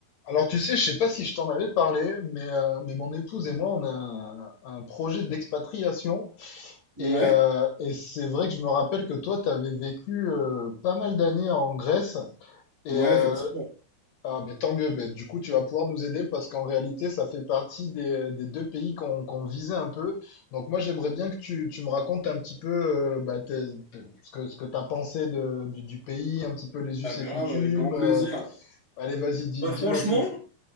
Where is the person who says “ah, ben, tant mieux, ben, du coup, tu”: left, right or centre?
Left